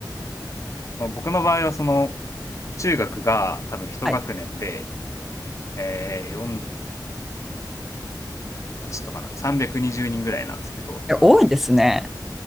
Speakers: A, on the left (about 40°); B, in the centre.
A: まあ、僕の場合はその、中学が多分一学年で、
B: はい。
A: えー、40×8 とかな、320人ぐらいなんですけど、一学年。
B: え多いですね。